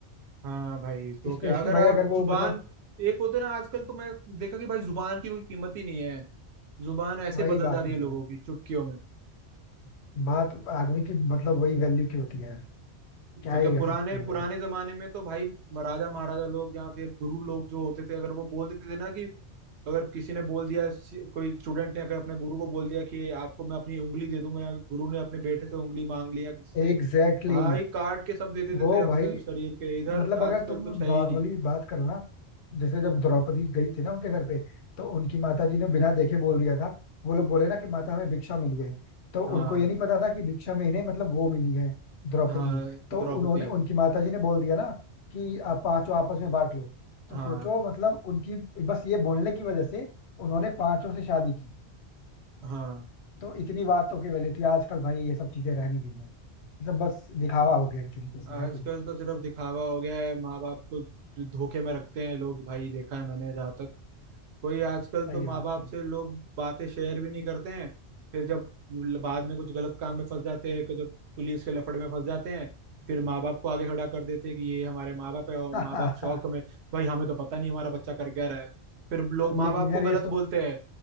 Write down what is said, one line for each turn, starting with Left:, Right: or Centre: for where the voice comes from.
Right: हाँ भाई तो
Left: है स्पेशली
Right: क्या अगर आप
Left: भाई अगर
Right: जुबान
Left: वो मतलब
Right: एक होते ना आजकल तो मैं देखा कि भाई जुबान की कोई कीमत ही नहीं है जुबान ऐसे
Left: वही
Right: बदल
Left: बात
Right: जा रही
Left: है
Right: है लोगों की चुटकियों में
Left: बात आदमी की मतलब वही वैल्यू की होती है यार क्या
Right: तो
Left: ही
Right: क्या पुराने
Left: कर सकते हो
Right: पुराने
Left: भाई
Right: जमाने में तो भाई राजा महाराजा लोग या फिर गुरु लोग जो होते थे अगर वो बोल देते थे ना कि अगर किसी ने बोल दिया कोई स्टूडेंट ने अगर अपने गुरु को बोल दिया कि आपको मैं अपनी उंगली दे दूंगा या गुरु ने अपने बेटे से उंगली मांग ली या किसी
Left: Exactly
Right: से भाई
Left: exactly.
Right: काट के सब दे देते
Left: वो
Right: थे अपने
Left: भाई
Right: शरीर के इधर
Left: मतलब अगर
Right: आजकल
Left: तुम
Right: कुछ है
Left: नॉर्मली
Right: ही नहीं
Left: बात करो ना जैसे जब द्रौपदी गई थी ना उनके घर पे तो उनकी माता जी ने बिना देखे बोल दिया था वो लोग बोले ना कि माता हमें भिक्षा मिली है तो
Right: हाँ
Left: उनको ये नहीं पता था कि भिक्षा में इन्हें मतलब वो मिली है द्रौपदी
Right: हाँ
Left: जी तो
Right: द्रौपदी
Left: उन्होंने उनकी माता जी ने बोल दिया ना कि आप पांचों आपस में बांट लो तो
Right: हाँ
Left: सोचो मतलब उनकी बस ये बोलने की वजह से उन्होंने पांचों से शादी की
Right: हाँ
Left: तो इतनी बात तो की वैल्यू थी आजकल भाई ये सब चीजें रहनी गई है ये सब बस दिखावा हो गया एक तरीके से
Right: आजकल
Left: है कि नहीं
Right: तो सिर्फ दिखावा हो गया है माँ बाप को धोखे में रखते हैं लोग भाई देखा है मैंने जहाँ तक कोई आजकल
Left: सही
Right: तो माँ
Left: बात
Right: बाप से लोग बातें शेयर भी नहीं करते हैं फिर जब बाद में कुछ गलत काम में फंस जाते हैं कि जब पुलिस के लफड़े में फंस जाते हैं फिर माँ बाप को आगे खड़ा कर देते हैं कि ये हमारे माँ बाप है और
Left: है
Right: माँ
Left: <laughs>
Right: बाप शौक में भाई हमें तो पता नहीं हमारा बच्चा कर क्या रहा है फिर लोग माँ
Left: लेकिन
Right: बाप
Left: यार
Right: को गलत
Left: ये सो
Right: बोलते हैं